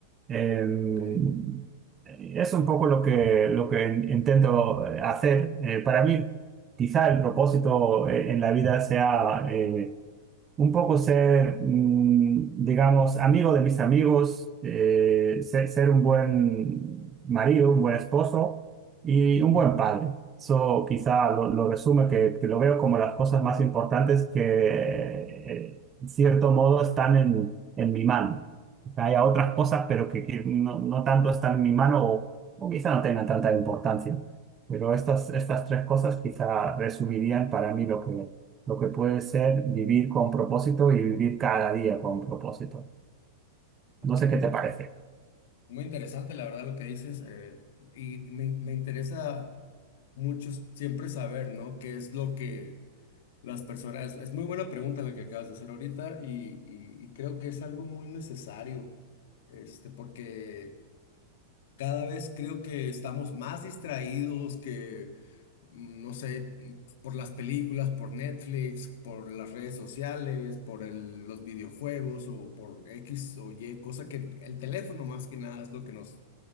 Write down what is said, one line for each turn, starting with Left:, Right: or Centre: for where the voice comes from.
Right: Em,
Left: Ok.
Right: es un poco lo que, lo que intento eh, hacer. Eh, para mí, quizá el propósito eh, en la vida sea eh, un poco ser, mm, digamos, amigo de mis amigos, eh, ser, ser un buen marido, un buen esposo y
Left: Ujú.
Right: un buen padre. Eso quizá lo, lo resume, que, que lo veo como las cosas más importantes que, eh, en cierto modo, están en, en mi mano. Hay otras
Left: Ok,
Right: cosas, pero que, que no, no tanto están en mi mano o, o quizá no tengan tanta importancia. Pero estas, estas tres cosas quizá resumirían para mí lo que, lo que puede ser vivir con propósito y vivir cada día con propósito.
Left: ok,
Right: No sé qué te
Left: es
Right: parece.
Left: Muy interesante, la verdad, lo que dices. eh, y me, me interesa mucho siempre saber, ¿no? ¿Qué es lo que las personas... Es, es muy buena pregunta la que acabas de hacer ahorita y, y- y creo que es algo muy necesario, este, porque... Cada vez creo que estamos más distraídos que, mm, no sé, mm, por las películas, por Netflix, por las redes sociales, por el- los videojuegos o por X o Y, cosa que el teléfono más que nada es lo que nos,